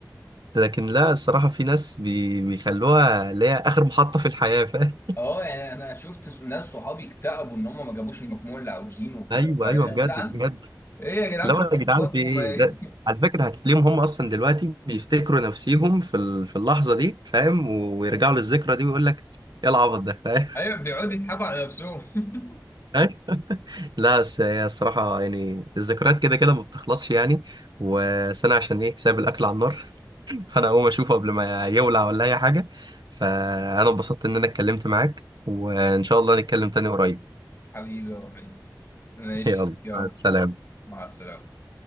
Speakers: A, on the right; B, on the left.
A: لكن لا الصراحه في ناس بي... بيخلوها اللي هي اخر محطه في الحياه فاهم
B: اه يعني انا شفت ناس صحابي اكتئبوا ان هم ما جابوش المجموع اللي عاوزينه وكده
A: ايوه
B: فايه
A: ايوه
B: يا
A: بجد
B: جدعان
A: بجد
B: ايه يا جدعان
A: اللي هو
B: كبروا
A: يا جدعان
B: دماغكم
A: في ايه
B: ايه
A: ده على فكره هتلاقيهم هم اصلا دلوقتي بيفتكروا نفسيهم في ال- في اللحظه دي فاهم ويرجعوا للذكرى دي ويقول لك ايه العبط ده فاهم
B: <laughs> ايوه بيقعدوا يضحكوا على نفسهم <laughs>
A: <laughs> لا بس هي الصراحه يعني الذكريات كده كده ما بتخلصش يعني وسنه عشان ايه سايب الاكل على النار <laughs> فانا اقوم اشوفه قبل ما يولع ولا اي حاجه فانا انبسطت ان انا اتكلمت معاك وان شاء الله نتكلم تاني قريب
B: حبيبي يا وحيد ماشي
A: <laughs> يلا
B: يلا
A: مع السلامه
B: مع السلامه